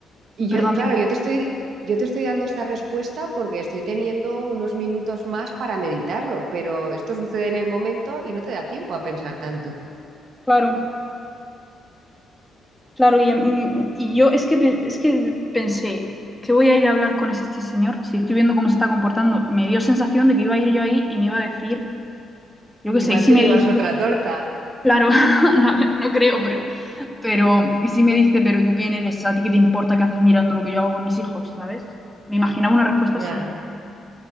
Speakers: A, on the right (about 65°); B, in the centre.
A: y yo,
B: perdón,
A: claro,
B: dime.
A: yo te estoy, yo te estoy dando esta respuesta porque estoy teniendo unos minutos más para meditarlo, pero esto sucede en el momento y no te da tiempo a pensar tanto.
B: Claro, claro, y, mm, y yo es que, pe- es que pensé, ¿qué voy a ir a hablar con ese- este señor? Si estoy viendo cómo se está comportando, me dio sensación de que iba a ir yo ahí y me iba a decir, yo qué
A: Igual
B: sé, y si
A: te
B: me
A: llevas
B: dice,
A: otra torta.
B: claro, <laughs> no, no creo, pero, pero, y si me dice, pero tú quién eres, a ti qué te importa qué haces mirando lo que yo hago con mis hijos, ¿sabes? Me imaginaba una respuesta
A: Ya,
B: así.